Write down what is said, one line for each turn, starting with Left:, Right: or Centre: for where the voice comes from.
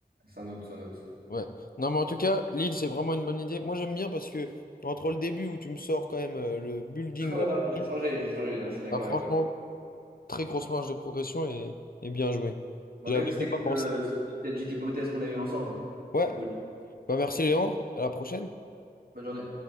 Right: Sans doute, sans doute.
Left: Ouais. Non, mais en tout cas, l'île, c'est vraiment une bonne idée. Moi, j'aime bien parce que entre le début où tu me sors quand même euh, le building
Right: <laughs> Ouais,
Left: d'April,
Right: non, mais j'ai changé, j'ai changé, non, je suis d'accord
Left: bah, franchement,
Right: avec toi.
Left: très grosse marge de progression et, et bien joué.
Right: En
Left: J'y
Right: tout
Left: avais
Right: cas, c'était
Left: même pas
Right: cool,
Left: pensé.
Right: euh, cette petite hypothèse qu'on a eue ensemble.
Left: Ouais.
Right: C'était cool.
Left: Bah, merci, Léandre. À la prochaine.
Right: Bonne journée.